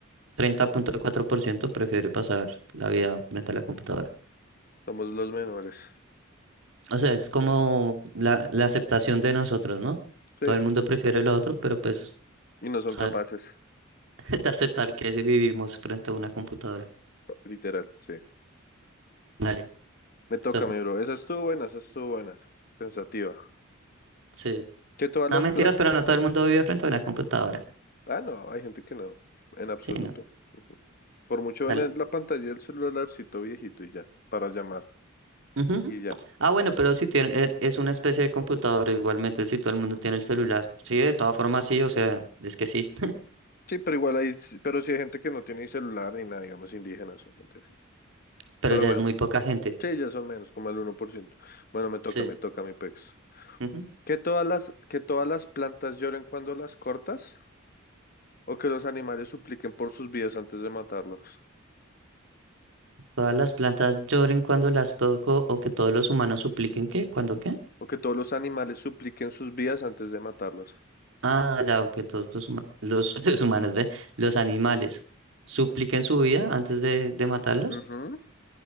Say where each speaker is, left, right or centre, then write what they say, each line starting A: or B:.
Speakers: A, on the right; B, on the left.
A: Treinta punto cuatro por ciento prefiere pasar la vida frente a la computadora.
B: Somos los menores.
A: O sea, es como la, la aceptación de nosotros, ¿no?
B: Sí,
A: Todo el mundo prefiere lo otro, pero pues
B: y no son
A: sa-
B: capaces,
A: <laughs> de aceptar que sí vivimos frente a una computadora.
B: literal, sí.
A: Dale.
B: Me toca,
A: Entonces,
B: mi bro. Esa estuvo buena, esa estuvo buena. Pensativa.
A: sí.
B: Que todas
A: No,
B: las,
A: mentiras,
B: pla-
A: pero no todo el mundo vive frente a una computadora.
B: Ah, no, hay gente que no, en absoluto.
A: Sí, no.
B: Ujú. Por mucho ven
A: Dale.
B: en la pantalla del celularcito viejito y ya, para llamar
A: Ujú.
B: y ya.
A: Ah, bueno, pero si tiene, e- es una especie de computadora igualmente, si todo el mundo tiene el celular. Sí, de todas formas sí, o sea, es que sí,
B: Sí, pero igual hay, pero sí hay gente que no tiene ni celular ni nada, digamos indígenas o gente así.
A: <laughs> pero
B: Pero
A: ya
B: bueno,
A: es muy poca gente.
B: sí, ya son menos, como el uno por ciento. Bueno, me toca,
A: Sí.
B: me toca mi pex.
A: Ujú.
B: ¿Que todas las, que todas las plantas lloren cuando las cortas? ¿O que los animales supliquen por sus vidas antes de matarlos?
A: Todas las plantas lloren cuando las toco o que todos los humanos supliquen ¿qué? ¿Cuándo qué?
B: ¿O que todos los animales supliquen sus vidas antes de matarlos?
A: Ah, ya, o que todos los, huma- los, <laughs> los humanos, ve, los animales supliquen su vida antes de, de matarlos.
B: Ujú.